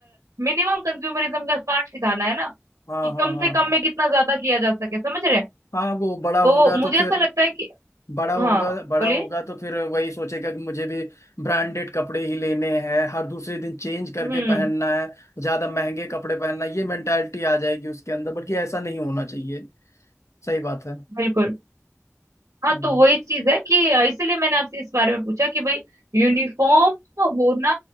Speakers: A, on the right; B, on the left.
A: मिनिमम कंज्यूमरिज्म का पाठ सिखाना है ना
B: हाँ
A: कि
B: हाँ
A: कम से
B: हाँ
A: कम
B: हाँ
A: में कितना ज्यादा किया जा सके समझ रहे हैं
B: हाँ वो बड़ा होगा
A: तो
B: तो
A: मुझे
B: फिर
A: ऐसा लगता है कि
B: बड़ा होगा
A: हाँ
B: बड़ा
A: बोलिए
B: होगा तो फिर वही सोचेगा कि मुझे भी ब्रांडेड कपड़े ही लेने हैं हर दूसरे दिन चेंज करके
A: हम्म
B: पहनना है ज्यादा महंगे कपड़े पहनना है, ये मेंटालिटी आ जाएगी उसके अंदर बल्कि ऐसा नहीं होना चाहिए सही बात है
A: बिल्कुल हाँ
B: हम्म,
A: तो वही चीज है कि अ, इसीलिए मैंने आपसे इस बारे में पूछा कि भाई यूनिफॉर्म होना